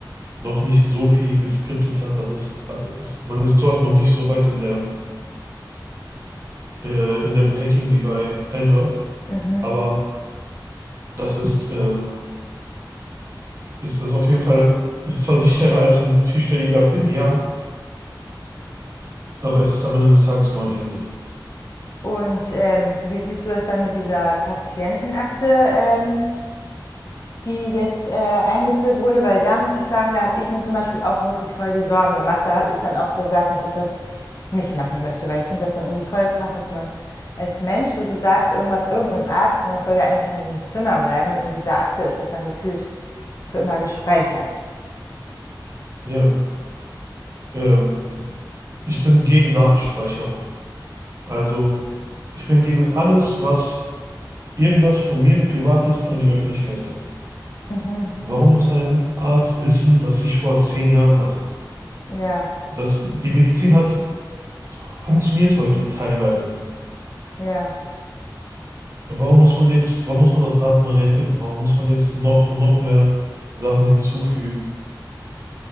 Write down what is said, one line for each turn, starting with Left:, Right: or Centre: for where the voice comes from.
Right: noch nicht so viel geskriptet hat, dass es, ist, man ist dort noch nicht so weit in der, äh, in dem Hacking wie bei Android.
Left: Mhm.
Right: Aber das ist, äh, ist das auf jeden Fall, ist zwar sicherer als ein vierstelliger PIN, ja, aber es ist am Ende des Tages nur ein Handy.
Left: Und ähm, wie siehst du das dann mit dieser Patientenakte, ähm, die jetzt äh, eingeführt wurde? Weil da muss ich sagen, da habe ich mir zum Beispiel auch wirklich voll die Sorgen gemacht. Da habe ich dann auch gesagt, dass ich das nicht machen möchte, weil ich finde das dann irgendwie voll krass, dass man als Mensch so du sagst irgendwas irgendeinem Arzt und das soll ja eigentlich in diesem Zimmer bleiben und mit dieser Akte ist das dann gefühlt für immer gespeichert.
Right: Ja. Ähm, ich bin gegen Datenspeicherung. Also ich bin gegen alles, was irgendwas von mir Privates an die Öffentlichkeit kommt.
Left: Mhm.
Right: Warum muss ein Arzt wissen, was ich vor zehn Jahren hatte?
Left: Ja,
Right: Das, die Medizin hat funktioniert heute teilweise.
Left: ja.
Right: Warum muss man jetzt, warum muss man das Rad neu erfinden? Warum muss man jetzt noch, noch mehr Sachen hinzufügen?